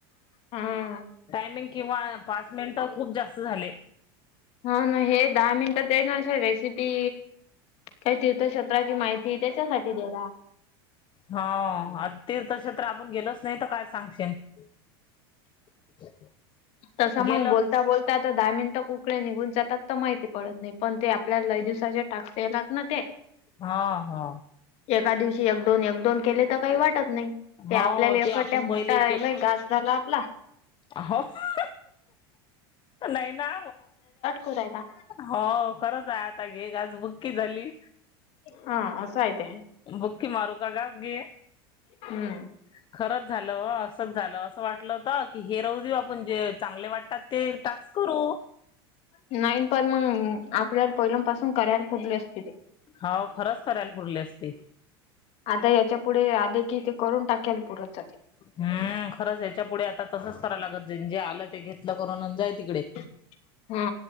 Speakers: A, on the left; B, on the left.
A: हा
B: टायमिंग किंवा पाच मिनिट खूप जास्त झाले.
A: हो ना हे दहा मिनिट तेना अस रेसिपी काही तीर्थक्षेत्राची माहिती त्याच्यासाठी गेला.
B: हा आणि तीर्थक्षेत्र आपण गेलोच नाही तर काय सांगशन. <unintelligible>
A: तसं
B: गेलं
A: मग बोलता बोल आता दहा मिनिटं कुकडे निघून जातात तर माहिती पडत नाही पण ते आपल्याला लय दिवसाचे टाकलात ना ते
B: हा हा
A: एका दिवशी एक दोन एक दोन केले तर काही वाटत नाही. ते
B: हो
A: आपल्याला
B: ते
A: एखट्या
B: आपण पहिले
A: मोठा <unintelligible> झाला आपला,
B: ह नाही ना,
A: करायला,
B: हो खरंच आहे आता घे ग आज बुक्की झाली,
A: हा अस हाय ते.
B: बुक्की मारू का घास घी,
A: हम्म
B: <unintelligible> खरंच झालं ओ असंच झालं असं वाटलं होतं हे राह देऊ आपण जे चांगले वाटतात ते टास्क करू.
A: नाहीन पण मग आपल्या पहिल्यापासून क्यार पडली असते ते,
B: हाव खरंच करायला पुरले असते.
A: आता याच्या पुढे आले कि ते करून टाकाल पुरत जाते.
B: हम्म खरंच या्याच्या पुढे आता तसंच करायला लागत जे आलं ते घेतलं करून आणि जाय तिकडे.
A: <inaudible>